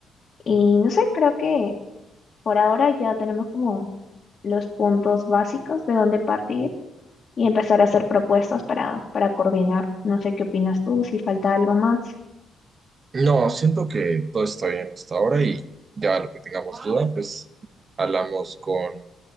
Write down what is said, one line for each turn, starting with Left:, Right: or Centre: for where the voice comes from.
Left: Y no sé, creo que por ahora ya tenemos como los puntos básicos de dónde partir y empezar a hacer propuestas para, para coordinar. No sé qué opinas tú, si falta algo más.
Right: No, siento que todo está bien hasta ahora y ya lo que tengamos duda, pues hablamos con,